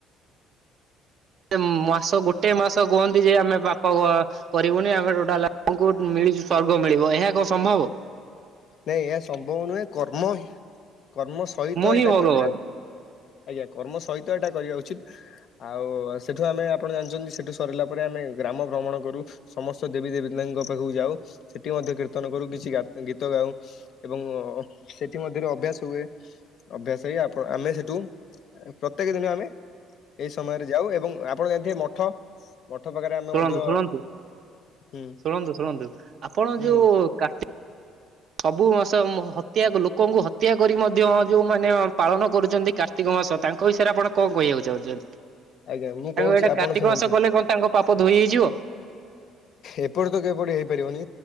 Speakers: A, on the right (about 55°); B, on the left (about 60°).
A: ମାସ ଗୋଟେ ମାସ କୁହନ୍ତିଯେ ଆମେ ପାପ କରିବୁନି ଆମେଟୋଟାଲ ଆମକୁ ମିଳିଚି ସ୍ଵର୍ଗ ମିଳିବ ଏହା କଣ ସମ୍ଭବ?
B: ନାଇଁ ଏହା ସମ୍ଭବ ନୁହେଁ କର୍ମ କର୍ମ ସହିତ
A: ହିଁ
B: ଏଇଟା
A: ଭଗବାନ
B: କରିବେ ଆଜ୍ଞା କର୍ମ ସହିତ ଏଇଟା କରିବା ଉଚିତ୍। ଆଉ ସେଠୁ ଆମେ ଆପଣ ଜାଣିଚନ୍ତି ସେଠୁ ସରିଲା ପରେ ଆମେ ଗ୍ରାମ ଭ୍ରମଣ କରୁ। ସମସ୍ତ ଦେବୀ ଦେବୀତାଙ୍କ ପାଖକୁ ଯାଉ ସେଠି ମଧ୍ୟ କୀର୍ତ୍ତନ କରୁ କିଛି ଗା ଗି ଗୀତଗାଉ ଏବଂ ସେଥି ମଧ୍ୟରେ ଅଭ୍ୟାସ ହୁଏ। ଅଭ୍ୟାସ ହେଇ ଆପଣ ଆମେ ସେଠୁ ପ୍ରତ୍ୟେକ ଦିନ ଆମେ ଏଇ ସମୟରେ ଯାଉ ଏବଂ ଆପଣ ଜାଣିଥିବେ ମଠ ମଠ ପାଖରେ ଆମେ
A: ଶୁଣନ୍ତୁ
B: ମଧ୍ୟ
A: ଶୁଣନ୍ତୁ
B: ହୁଁ
A: ଶୁଣନ୍ତୁ ଶୁଣନ୍ତୁ ଆପଣ
B: ହୁଁ
A: ଯୋଉ କା ସବୁ ମାସ ହତ୍ୟା ଲୋକଙ୍କୁ ହତ୍ୟା କରି ମଧ୍ୟ ଯୋଉମାନେ ପାଳନ କରୁଛନ୍ତି କା ର୍ତ୍ତିକ ମାସ ତାଙ୍କ ବିଷୟରେ ଆପଣ କଣ କହିବାକୁ ଚାହୁଁଛନ୍ତି ତାଙ୍କ
B: ଆଜ୍ଞା ମୁଁ କହୁଛି
A: ଏଇଟା
B: ଆପଣ
A: କାର୍ତ୍ତିକ
B: ଶୁଣନ୍ତୁ
A: ମାସ ଗଲେ କଣ ତାଙ୍କ ପାପ ଧୋଇ ହେଇଯିବ!
B: ଏପଟ ତ କିପରି ହେଇପାରିବନି